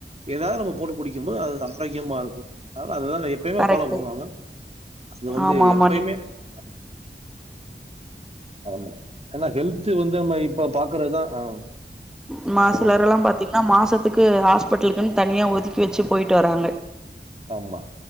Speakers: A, on the right; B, in the centre.
A: எதாவ் நம்மோ போட்டு குடிக்கிமோ அது ஆரோக்கியமாருக்கு. அனால அதுதாங்க எப்பயிமே
B: கரெக்ட்டு
A: ஃபாலோ பண்ணுவாங்க அது வந்து
B: ஆமா ஆமா
A: எப்பயிமே
B: நீ
A: ஆ ம் ஆமா ஏனா ஹெல்த்து வந்து நம்ப இப்ப பாக்கறத்தா ஆ
B: ம்மா
A: சொல்லுங்க.
B: சிலர் எல்லாம் பாத்தீங்கனா மாசத்துக்கு ஹாஸ்பிட்லுக்குன் தனியா ஒதுக்கி வெச்சு போயிட்டு வராங்க.
A: ஆமா.